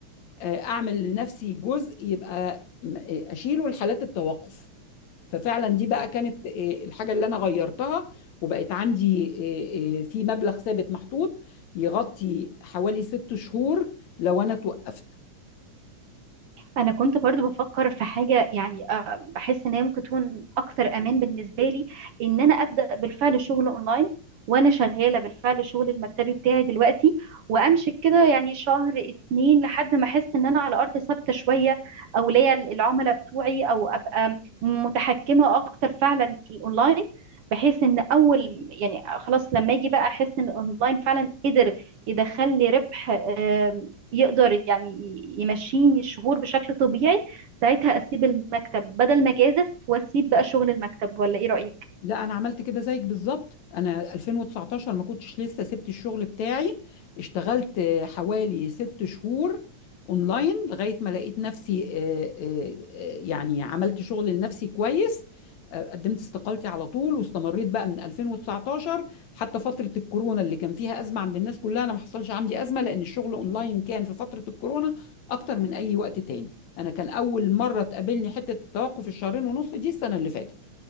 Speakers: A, on the left; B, on the right.
A: آه، اعمل لنفسي جزء يبقى م- آه، اشيله لحالات التوقف ففعلا دي بقى كانت آه، الحاجة اللي انا غيرتها وبقت عندي آه، آه، في مبلغ ثابت محطوط يغطي حوالي ست شهور لو انا توقفت
B: انا كنت برضو بفكر في حاجه يعني آه، بحس ان هي ممكن تكون اكثر امان بالنسبه لي ان انا ابدا بالفعل شغل اونلاين وانا شغاله بالفعل الشغل المكتبي بتاعي دلوقتي وامشي كده يعني شهر اتنين لحد ما احس ان انا على ارض ثابته شويه او ليا العملاء بتوعي او ابقى متحكمه اكتر فعلا في الاونلاين بحيث ان اول يعني خلاص لما اجي بقى احس ان الاونلاين فعلا قدر يدخل لي ربح آه، يقدر يعني ي- يمشيني الشهور بشكل طبيعي ساعتها اسيب المكتب بدل ما اجازف واسيب بقى شغل المكتب ولا ايه رأيك
A: لا انا عملت كده زيك بالظبط انا 2019 ما كنتش لسه سبت الشغل بتاعي اشتغلت آه، حوالي ست شهور اونلاين لغايه ما لقيت نفسي آه، آه، آه، يعني عملت شغل لنفسي كويس آه، قدمت استقالتي على طول واستمريت بقى من 2019 حتى فتره الكورونا اللي كان فيها ازمه عند الناس كلها انا ما حصلش عندي ازمه لان الشغل اونلاين كان في فتره الكورونا اكتر من اي وقت تاني انا كان اول مره تقابلني حته التوقف الشهرين ونص دي السنه اللي فاتت